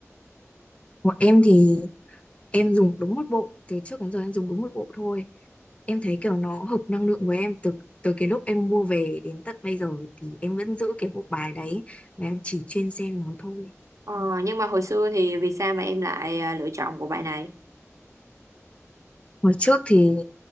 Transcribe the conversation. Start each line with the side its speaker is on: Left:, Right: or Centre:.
Left: của em thì em dùng đúng một bộ từ trước đến giờ em dùng đúng một bộ thôi em thấy kiểu nó hợp năng lượng của em từ từ cái lúc em mua về đến tận bây giờ thì em vẫn giữ cái bộ bài đấy và em chỉ chuyên xem nó thôi
Right: Ờ, nhưng mà hồi xưa thì vì sao mà em lại à, lựa chọn bộ bài này?
Left: hồi trước thì